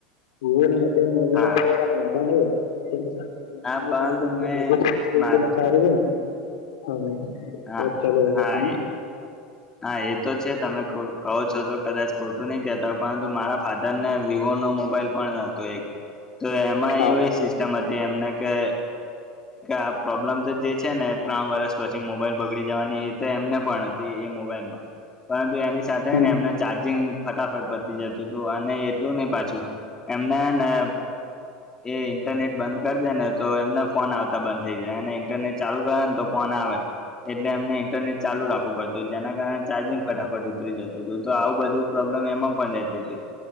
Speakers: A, on the left (about 80°); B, on the left (about 20°).
A: વિવો ના મ મોબાઈલ
B: હા
A: ડક ક <unintelligible> પરેશાન કા
B: હા પરંતુ મેં
A: ત બજ
B: મારે
A: પંચા રહ <unintelligible> <unintelligible>
B: હા
A: બત ચાલુ
B: હા
A: છ તને.
B: એ હા એ તો છે તમે કહો છો તો કદાચ ખોટું નહી કહેતા હો પરંતુ મારા ફાધર ને વિવો નો મોબાઈલ પણ હતો એક. તો એમાં
A: હા
B: એવી સિસ્ટમ હતી એમ કે આ પ્રોબ્લેમ તો જે છે ને ત્રણ વર્ષ પછી મોબાઈલ બગડી જવાની એ એમને પણ હતી એ મોબાઈલમાં, પરંતુ એની સાથે
A: હમ
B: ને એમને ચાર્જિંગ ફટાફટ પતી જતું હતું અને એટલું નહ પાછું એમને ને એ. નેટ બંધ કર દે ને તો એમને ફોન આવતા. બંધ થઈ જાય અને ઇન્ટરનેટ ચાલુ કરે ને તો ફોન આવે એટલે એમને ઇન્ટરનેટ ચાલુ રાખવું પડ. તો જેના કારણે ચાર્જિંગ ફટાફટ ઉતરી જતું હતું તો આવું બધું. પ્રોબ્લેમ એમાં પણ રહેતી હતી